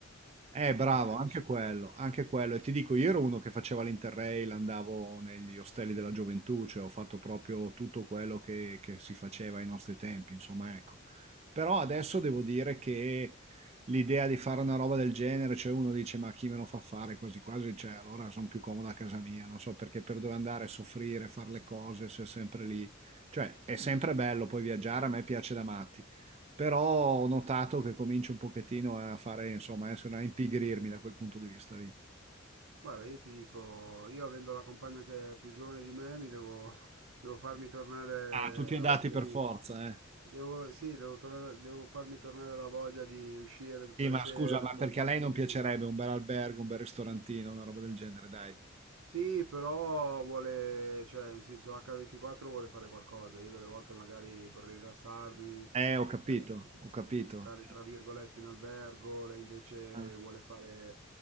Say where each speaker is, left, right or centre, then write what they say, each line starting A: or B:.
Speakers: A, on the right; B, on the right.
A: Eh, bravo,
B: mentre invece...
A: anche quello, anche quello. E ti dico, io ero uno che faceva l'Interrail, andavo negli ostelli della gioventù, cioè ho fatto proprio tutto quello che, che si faceva ai nostri tempi, insomma, ecco. Però adesso devo dire che l'idea di fare una roba del genere, cioè uno dice, ma chi me lo fa fare quasi quasi, cioè allora sono più comodo a casa mia, non so perché per dove andare a soffrire, fare le cose, se è sempre lì. Cioè, è sempre bello poi viaggiare, a me piace da matti però ho notato che comincio un pochettino a fare, insomma, a essere- a impigrirmi da quel punto di vista lì.
B: Guarda, io ti dico, io avendo la compagna che è più giovane di me, mi devo, <laughs> devo farmi tornare
A: Ah, tutti andati
B: la voglia
A: per
B: di...
A: forza, eh.
B: Devo, sì, devo, tornare- devo farmi tornare la voglia di uscire tutte
A: Sì,
B: le
A: ma
B: sere,
A: scusa, ma
B: aperitivi.
A: perché a lei non piacerebbe un bel albergo, un bel ristorantino, una roba del genere, dai.
B: Sì, però vuole, cioè, nel senso H24 vuole fare qualcosa. Io delle volte magari vorrei rilassarmi.
A: Eh, ho capito,
B: eh,
A: ho capito.
B: tale tra virgolette in albergo, lei invece
A: Eh.
B: vuole fare